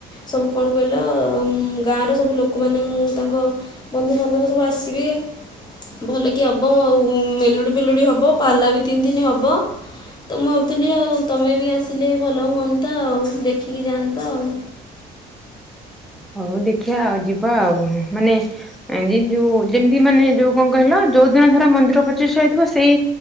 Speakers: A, on the left; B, in the centre.
A: ସବୁ କଣ କହିଲ ଗାଁର ସବୁ ଲୋକମାନଙ୍କୁ ତାଙ୍କ ବନ୍ଧୁବାନ୍ଧବ ସବୁ ଆସିବେ, ଭଲକି ହବ ଆଉ ମେଲୋଡି ଫେଲୋଡ଼ି ହେବ ପାଲା ବି ତିନି ଦିନ ହେବ ତ ମୁଁ ହେଉଥିଲି ଆଉ ତମେ ବି ଆସିଲେ ଭଲ ହୁଅନ୍ତା ଆଉ ଦେଖିକି ଯାଆନ୍ତି ଆଉ।
B: ହଉ ଦେଖିବା ଆଉ ଯିବା ଆଉ ମାନେ ଯୋଉ ଯେମିତି ମାନେ ଯୋଉ କଣ କହିଲ ଯୋଉ ଦିନ ଧର ମନ୍ଦିର ପ୍ରତିଷ୍ଠା ହେଇଥିବ ସେଇ